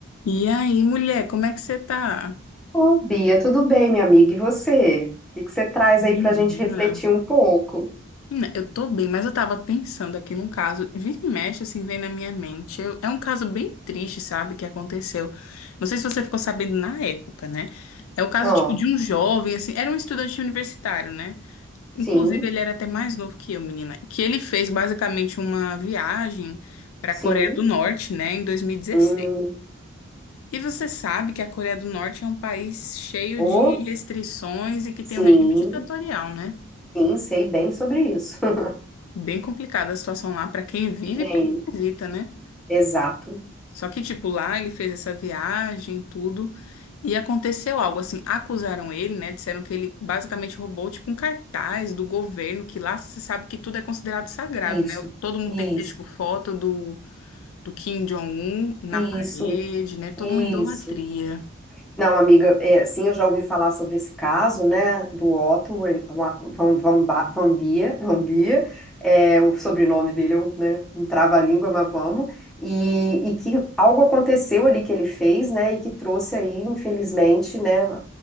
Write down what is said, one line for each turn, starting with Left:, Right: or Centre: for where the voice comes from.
Left: E aí, mulher, como é que você tá?
Centre: Ô, Bia, tudo bem, minha amiga? E você? O que que você traz
Left: Menina.
Centre: aí pra gente refletir um pouco?
Left: Menina, eu tô bem, mas eu tava pensando aqui num caso, vira e mexe, assim, vem na minha mente. Eu- é um caso bem triste, sabe, que aconteceu. Não sei se você ficou sabendo na época, né? É o caso,
Centre: Ó,
Left: tipo, de um jovem, assim, era um estudante universitário, né? Inclusive,
Centre: sim,
Left: ele era até mais novo que eu, menina. Que ele fez, basicamente, uma viagem pra
Centre: sim,
Left: Coreia do Norte, né, em 2016.
Centre: hum,
Left: E você sabe que a Coreia do Norte é um país cheio
Centre: ô,
Left: de restrições e que tem
Centre: sim,
Left: um regime ditatorial, né?
Centre: sim, sei bem sobre isso. <laughs>
Left: Bem complicada a situação lá para quem vive
Centre: Bem,
Left: e para quem visita, né?
Centre: exato.
Left: Só que, tipo, lá ele fez essa viagem, tudo, e aconteceu algo assim. Acusaram ele, né? Disseram que ele basicamente roubou, tipo, um cartaz do governo, que lá você sabe que tudo é considerado sagrado,
Centre: Isso,
Left: né? Todo mundo
Centre: isso,
Left: tem que ter, tipo, foto do, do Kim Jong-un na
Centre: isso,
Left: parede, né? Toda
Centre: isso.
Left: uma idolatria.
Centre: Não, amiga, é, sim, eu já ouvi falar sobre esse caso, né, do Otto Van, Van, Ba- Van Bia, <laughs> Van Bia, é, o sobrenome dele é um, né, um trava-língua, mas vamos, e, e que algo aconteceu ali que ele fez, né, e que trouxe aí, infelizmente, né, a,